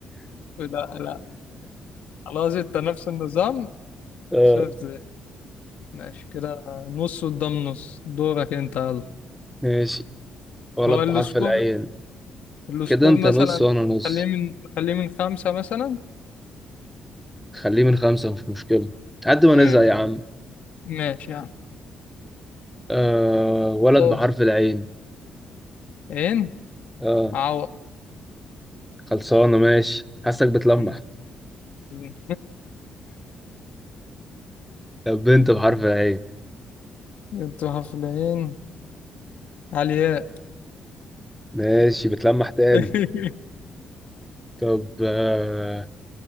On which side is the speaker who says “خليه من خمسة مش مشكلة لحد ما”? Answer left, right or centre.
Centre